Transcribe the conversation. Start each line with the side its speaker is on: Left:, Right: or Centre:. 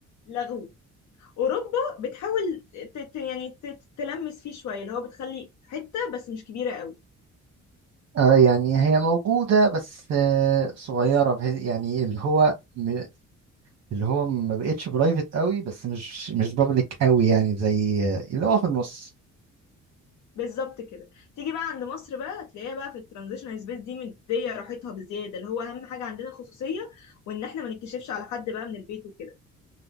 Left: لغو اوروبا بتحاول ت- ت- يعني ت- ت- تلمس فيه شوية اللي هو بتخلي حتة بس مش كبيرة قوي
Right: اه يعني هي موجودة بس آه، صغيرة بحيث يعني اللي هو م- اللي هو ما بقتش برايفت قوي بس مش مش بابليك قوي يعني زي اللي هو في النص
Left: بالظبط كده تيجي بقى عند مصر بقى هتلاقيها بقى في الترانزيشنال سبيس دي مديه راحتها بزياده اللي هو اهم حاجه عندنا خصوصيه وان احنا ما نكتشفش على حد بقى من البيت وكده